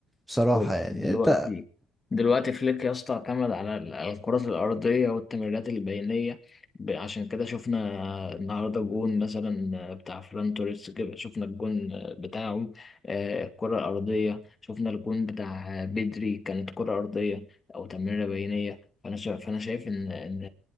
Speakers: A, in the centre; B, on the left.
A: بصراحة
B: خد
A: يعني
B: دلوقتي
A: انت
B: دلوقتي فليك يا اسطى اعتمد على ال- على الكرات الأرضية والتمريرات البينية ب- عشان كده شفنا النهاردة جون مثلا بتاع فران توريس كده شفنا الجون بتاعه آه، الكرة الأرضية شفنا الجون بتاع بدري كانت كرة أرضية أو تمريرة بينية فأنا شايف فأنا شايف إن إن